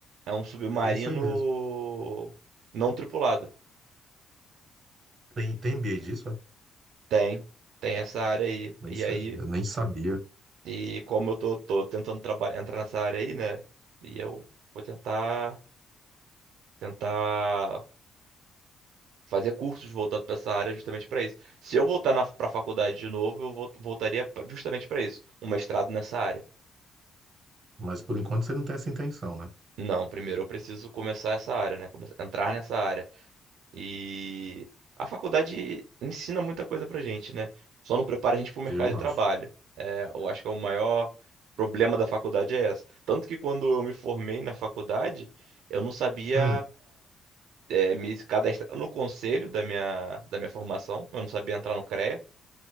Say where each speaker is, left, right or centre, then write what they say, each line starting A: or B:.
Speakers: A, on the right; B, on the right.
A: é um submarino
B: É isso aí mesmo.
A: não tripulado.
B: Tem, tem NBA disso, é?
A: Tem, tem essa área aí.
B: Nem,
A: E
B: sa-
A: aí,
B: eu nem sabia.
A: e como eu tô, tô tentando trabalhar, entrar nessa área aí, né? E eu vou tentar, tentar fazer cursos voltados para essa área justamente para isso. Se eu voltar na, para a faculdade de novo, eu vol- voltaria pra- justamente para isso, um mestrado nessa área.
B: Mas por enquanto você não tem essa intenção, né?
A: Não, primeiro eu preciso começar essa área, né? Come- entrar nessa área. E a faculdade ensina muita coisa pra gente, né? Só não prepara a gente pro mercado
B: Eu
A: de trabalho.
B: acho.
A: É, eu acho que é o maior problema da faculdade é essa. Tanto que quando eu me formei na faculdade, eu não sabia
B: Hum,
A: é, me cadastrar no conselho da minha, da minha formação, eu não sabia entrar no CREA,